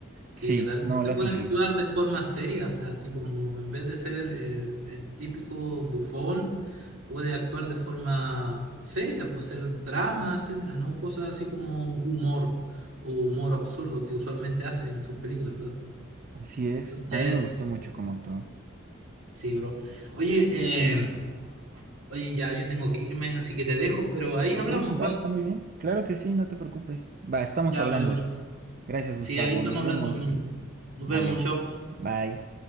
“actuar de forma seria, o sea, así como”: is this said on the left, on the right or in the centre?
Right